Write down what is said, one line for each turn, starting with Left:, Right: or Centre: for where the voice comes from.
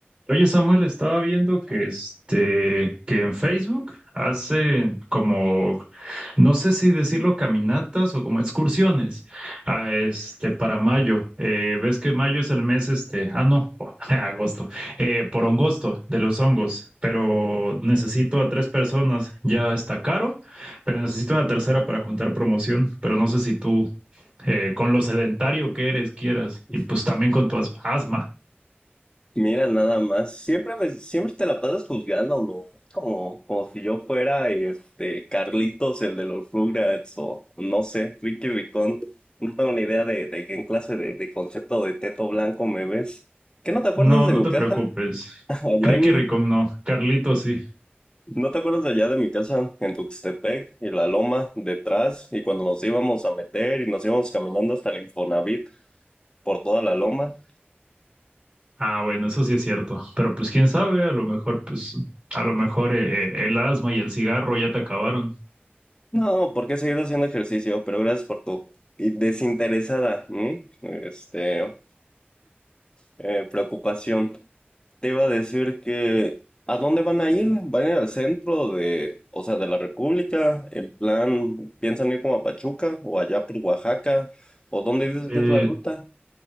Right: Oye, Samuel, estaba viendo que este, que en Facebook hacen como, no sé si decirlo caminatas o como excursiones, a este, para mayo. Eh, ves que mayo es el mes este, ah, no, <laughs> agosto, eh, por hongosto de los hongos, pero necesito a tres personas. Ya está caro, pero necesito una tercera para juntar promoción, pero no sé si tú, eh, con lo sedentario que eres, quieras,
Left: Pues,
Right: y pues también
Left: pues,
Right: con tu as- asma.
Left: Mira, nada más. Siempre me, siempre te la pasas juzgándolo. Como, como si yo fuera este Carlitos, el de los Rugrats, o no sé, Ricky Ricón. No tengo ni idea de, de qué clase de, de concepto de teto blanco me ves. ¿Qué no te acuerdas
Right: No,
Left: de
Right: no
Left: mi
Right: te
Left: casa?
Right: preocupes.
Left: <laughs> Allá
Right: Ricky
Left: en,
Right: Ricón no, Carlito sí.
Left: ¿no te acuerdas de allá de mi casa? En Tuxtepec y la loma detrás, y cuando nos íbamos a meter y nos íbamos caminando hasta el Infonavit por toda la loma.
Right: Ah, bueno, eso sí es cierto. Pero pues quién sabe, a lo mejor, pues, a lo mejor eh, eh, el asma y el cigarro ya te acabaron.
Left: No, porque he seguido haciendo ejercicio, pero gracias por tu y desinteresada, ¿m? Este, eh, preocupación. Te iba a decir que, ¿a dónde van a ir? ¿Van a ir al centro de, o sea, de la República? ¿En plan, piensan ir como a Pachuca o allá por Oaxaca? ¿O dónde dices
Right: Eh,
Left: que es la ruta?